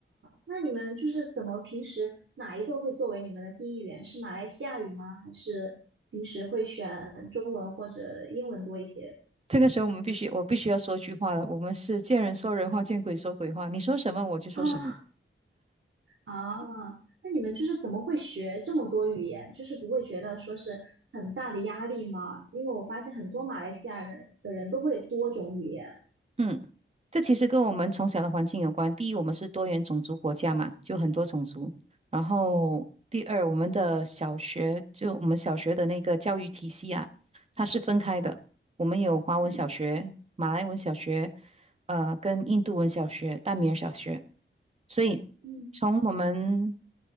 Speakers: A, on the right; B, on the right.
A: 那你们就是怎么平时哪一个会作为你们的第一语言？是马来西亚语吗？还是平时会选中文或者英文多一些？
B: 这个时候我们必须，我必须要说一句话了。我们是见人说人话，见鬼说鬼话。你说什么我就说什么。
A: 啊。啊，那你们就是怎么会学这么多语言？就是不会觉得说是很大的压力吗？因为我发现很多马来西亚人的人都会多种语言。
B: 嗯，这其实跟我们从小的环境有关。第一，我们是多元种族国家嘛，就很多种族。然后第二，我们的小学，就我们小学的那个教育体系啊，它是分开的。我们有华文小学、
A: 嗯
B: 马来文小学，呃，跟印度文小学、大米尔小学。所以
A: 嗯。
B: 从我们